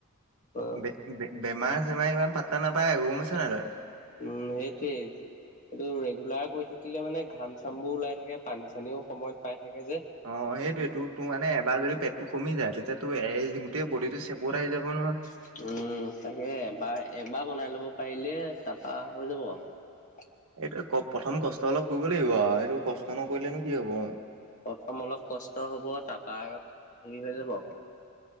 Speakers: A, on the left (about 35°); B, on the right (about 65°).
A: অ
B: বে-বে-বেমাৰ মাই ইমান পাত্তা নাপায় আকৌ গ'ম পাইছ নাই তই।
A: উম সেইটোৱেই। এইটো ৰেগুলাৰ কৰি থাকিলে মানে ঘাম চামবোৰ ওলাই থাকে, পানী চানীও সময়ত পাই। থাকে যে
B: অ', সেইটোৱে তোৰ-তোৰ মানে এবাৰ যদি পেটটো কমি যায় <inaudible> <unintelligible> গোটেই বডিটো চেপৰ আহি যাব নহয়।
A: উম তাকে এবাৰ এবাৰ বনাই লব পাৰিলে তাৰাপা হৈ যাব আৰু।
B: এইটো ক প্ৰথম কষ্ট অলপ কৰিব লাগিব আৰু এইটো কষ্ট নকৰিলেনো কি হ'ব।
A: প্ৰথম অলপ কষ্ট হ'ব তাৰপা, হেৰি হৈ যাব।